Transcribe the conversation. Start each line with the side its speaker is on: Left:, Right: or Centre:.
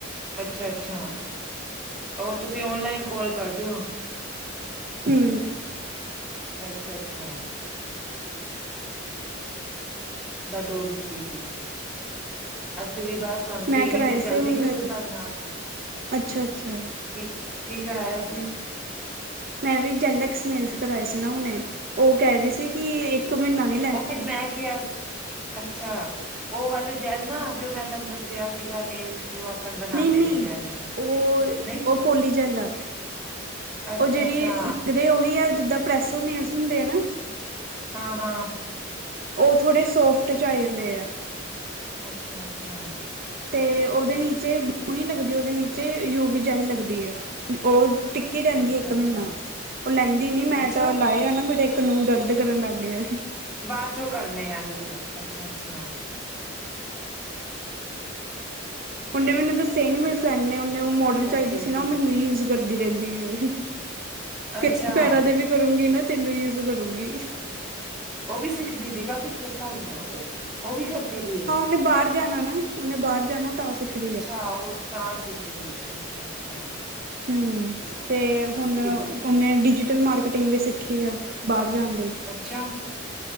Centre: ਅੱਛਾ ਅੱਛਾ, ਉਹ ਤੁਸੀਂ ਓਨਲਾਈਨ ਕੋਲ ਕਰਦੇ ਹੋ।
Right: ਹੂੰ
Centre: ਅੱਛਾ ਅੱਛਾ। ਦਾ ਡੋਗ ਇਜ ਸਲੀਪਿੰਗ, ਅਸੀਂ ਵੀ ਬਸ। ਹੁਣ
Right: ਮੈਂ
Centre: ਟੀਵੀ
Right: ਕਰਾਏ
Centre: ਤੇ
Right: ਸੀ
Centre: ਚੱਲਦੀ
Right: ਹੁਣ
Centre: ਪਈ ਐ, ਪਰ ਨਾ ਨਾ,
Right: ਅੱਛਾ ਅੱਛਾ
Centre: ਕੀਂ ਕੀ ਕਰਾਇਆ ਸੀ?
Right: ਮੈਂ ਵੀ ਜੈਲਇਕਸ ਨੈਲਜ਼ ਕਰਏ ਸੀ ਨਾ ਹੁਨੇ, ਉਹ ਕਹਿ ਰਹੀ ਸੀ ਕਿ ਇੱਕ ਮਹੀਨਾ ਨੀ।
Centre: ਉਹ ਵੀ ਮੈਂ ਕਿਹਾ ਸੀ। ਅੱਛਾ ਉਹ ਵਾਲੇ ਜੈਲ ਨਾ, ਜੋ ਮੈਂ ਤੁਹਾਨੂੰ ਦੱਸਿਆ ਸੀਗਾ ਨੇਲਸ। ਵਾਕਣ ਬਣਾਉਂਦੇ
Right: ਨਹੀਂ ਨਹੀਂ,
Centre: ਨੇ ਜੈਲ ਨੂੰ
Right: ਉਹ
Centre: ਨਹੀਂ
Right: ਉਹ ਪੋਲੀ ਜੈਲ ਆ।
Centre: ਅੱਛਾ
Right: ਉਹ ਜਿਹੜੀ
Centre: ਅੱਛਾ
Right: ਲੱਗਦੇ ਉਹੀ ਐ, ਜਿੱਦਾਂ ਪ੍ਰੈਸ ਓਨ ਨੈਲਸ਼ ਹੁੰਦੇ ਆ, ਹਨਾਂ?
Centre: ਹਾਂ ਹਾਂ।
Right: ਉਹ ਥੋੜੇ ਸੋਫਟ ਚ ਆ ਜਾਂਦੇ ਆ।
Centre: ਅੱਛਾ ਅੱਛਾ।
Right: ਤੇ ਉਹਦੇ ਨੀਚੇ ਗਲੂ ਨੀ ਲਗਦੀ, ਉਹ ਦੇ ਨੀਚੇ ਯੂ ਵੀ ਜੈਲ ਲਗਦੀ ਆ। ਉਹ ਟਿੱਕੀ ਰਹਿੰਦੀ
Centre: ਅੱਛਾ
Right: ਐ, ਇੱਕ
Centre: ਅੱਛਾ
Right: ਮਹੀਨਾ। ਉਹ ਲੈਂਦੀ ਨੀ, ਮੈਂ
Centre: ਅੱਛਾ
Right: ਤਾਂ ਲਾਏ ਆ ਨਾ, ਮੇਰਾ ਇੱਕ ਨੁਹ ਦਰਦ ਕਰਨ ਲੱਗ ਗਿਆ।
Centre: ਬਾਚੋ ਕਰਨੇ ਆ ਰੁਕ ਜਾ, ਅੱਛਾ ਅੱਛਾ।
Right: ਉਹਨੇ ਮੈਨੂੰ ਦੱਸਿਆ ਹੀ ਨ ਮੇਰੀ ਫਰੈਂਡ ਨੇ। ਉਹ ਮੋਡਲ
Centre: ਐਚ
Right: ਚਾਹੀਦੀ
Centre: ਓ
Right: ਸੀ ਨਾ
Centre: ਪੀ
Right: ਉਹ ਮੈਨੂੰ ਯੂਜ ਕਰਦੀ ਰਹਿੰਦੀ ਹੈ। ਕਿ
Centre: ਅੱਛਾ
Right: ਪੈਰਾਂ ਦੇ ਵੀ ਕਰੂਗੀ ਨਾ ਤੈਨੂੰ ਯੂਜ ਕਰੂਗੀ।
Centre: ਉਹ ਵੀ ਸਿੱਖਦੀ ਪਈ ਕਾਕੀ ਛੋਟਾ ਬਣਾਓ ਉਹ ਵੀ ਕਰਦੀ ਪਈ ਹੈ?
Right: ਉਹਨੇ ਬਾਹਰ ਜਾਣਾ ਨਾ। ਉਹਨੇ ਬਾਹਰ ਜਾਣਾ। ਤਾਂ ਸਿੱਖ ਰਹੀ
Centre: ਅੱਛਾ
Right: ਹੈ।
Centre: ਉਹ ਤਾਂ ਸਿੱਖਦੀ ਹੈ। ਅੱਛਾ, ਅੱਛਾ।
Right: ਹੂੰ ਅਤੇ ਹੁਣ
Centre: ਸਕਿਪ
Right: ਉਹਨੇ ਡਿਜੀਟਲ ਮਾਰਕੀਟਿੰਗ ਵੀ ਸਿੱਖੀ ਆ। ਬਾਹਰ ਜਾਣ ਲਈ।
Centre: ਅੱਛਾ।